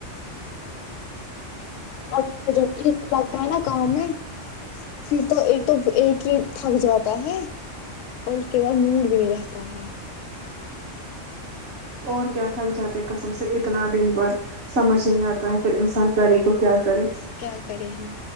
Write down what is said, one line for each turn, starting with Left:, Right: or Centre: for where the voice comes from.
Left: پ کو پ جب ایک لگتا ہے نا کااں میں پھر تو ایک تو ایک ہی تھک جاتا ہے اور اس کے بعد موڈ بھی نہیں رہتا ہے
Right: اور کیا تھک جاتے قسم سے اتنا دن بھر سمجھ نہیں آتا ہے پھر ان سے پسان کرے کو کیا کرے
Left: کیا کرے ہم